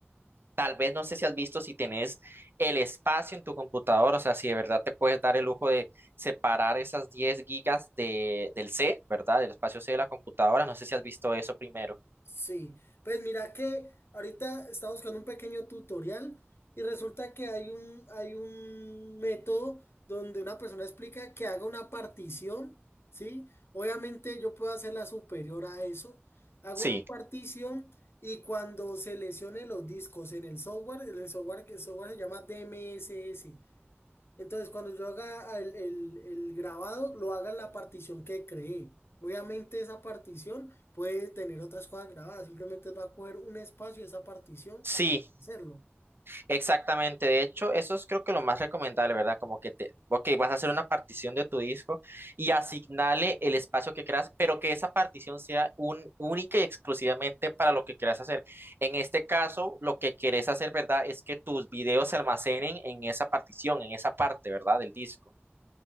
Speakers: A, on the right (about 55°); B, on the left (about 65°).
A: tal vez no sé si has visto si tenés el espacio en tu computador, o sea, si de verdad te puedes dar el lujo de separar esas 10 gigas de, del C, ¿verdad? Del espacio C de la computadora. No sé si has visto eso primero.
B: Sí, pues mira que ahorita estaba buscando un pequeño tutorial y resulta que hay un, hay un método donde una persona explica que haga una partición, ¿sí? Obviamente yo puedo hacerla superior a eso. Hago
A: Sí,
B: una partición y cuando seleccione los discos en el software, en el software que el software se llama DMSS, entonces, cuando yo haga el, el- el grabado, lo haga en la partición que creé. Obviamente esa partición puede tener otras cosas grabadas, simplemente va a coger un espacio de esa partición,
A: sí,
B: hacerlo.
A: exactamente. De hecho, eso es creo que lo más recomendable, ¿verdad? Como que te, ok, vas a hacer una partición de tu disco y asignale el espacio que creas, pero que esa partición sea un, única y exclusivamente para lo que quieras hacer. En este caso, lo que querés hacer, ¿verdad? Es que tus videos se almacenen en esa partición, en esa parte, ¿verdad? Del disco.